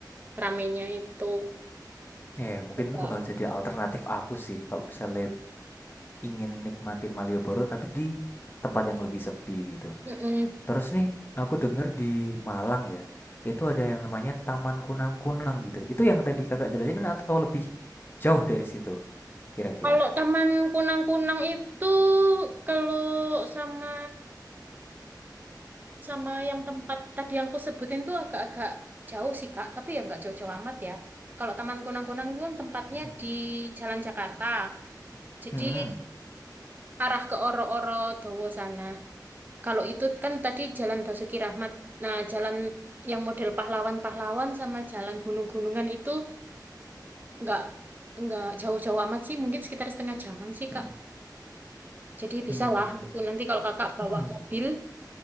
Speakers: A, on the right; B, on the left.
A: ramenya itu.
B: Eh, mungkin
A: Betul.
B: itu bakal jadi alternatif aku sih kalau misalnya ingin nikmatin Malioboro tapi di tempat yang lebih sepi gitu.
A: Mm-mm.
B: Terus nih, aku denger di Malang ya, itu ada yang namanya Taman Kunang-Kunang gitu. Itu yang tadi kakak jelasin atau lebih jauh dari situ kira-kira?
A: Kalau Taman Kunang-Kunang itu, kalau sama sama yang tempat tadi yang aku sebutin tuh agak-agak jauh sih Kak, tapi ya nggak jauh-jauh amat ya. Kalau Taman Kunang-Kunang itu kan tempatnya
B: Hmm,
A: di Jalan Jakarta, jadi
B: hmm,
A: arah ke Oro-Oro Dowo sana. Kalau itu kan tadi Jalan Basuki Rahmat. Nah, jalan yang model pahlawan-pahlawan sama jalan gunung-gunungan itu nggak nggak jauh-jauh amat sih, mungkin sekitar setengah jaman sih,
B: hmm,
A: Kak. Jadi
B: hmm,
A: bisa
B: hmm,
A: lah.
B: hmm,
A: Itu nanti kalau Kakak bawa
B: hmm,
A: mobil,